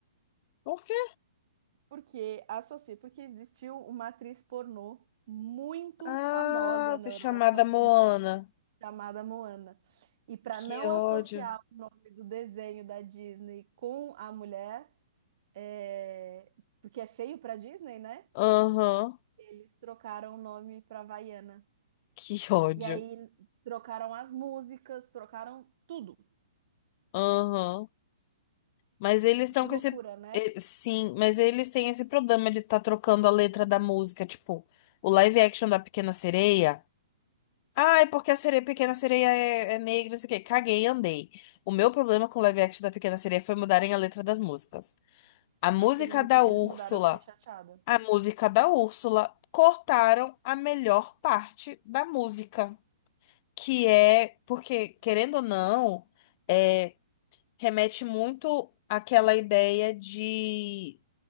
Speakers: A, on the left (about 35°); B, on the right (about 50°).
A: por quê?
B: Porque associa, porque existiu uma atriz pornô muito
A: Ah,
B: famosa na
A: foi
B: Europa.
A: chamada Moana.
B: chamada Moana. E para
A: Que
B: não
A: ódio.
B: associar o nome do desenho da Disney com a mulher, é, porque é feio para Disney, né?
A: Aham,
B: Eles trocaram o nome para Havaiana.
A: que ódio.
B: E aí trocaram as músicas, trocaram tudo.
A: Aham. Mas eles estão
B: Que
A: com
B: loucura,
A: esse.
B: né?
A: eh, Sim, mas eles têm esse problema de estar trocando a letra da música. Tipo, o live action da Pequena Sereia. Ai, porque a sereia, Pequena Sereia é, é negra, não sei o quê. Caguei e andei. O meu problema com o live action da Pequena Sereia foi mudarem a letra das músicas. A música
B: Aí teve música
A: da
B: que
A: Úrsula.
B: eles mudaram, eu fiquei chateada.
A: A música da Úrsula. Cortaram a melhor parte da música. que é porque, querendo ou não, é, remete muito àquela ideia de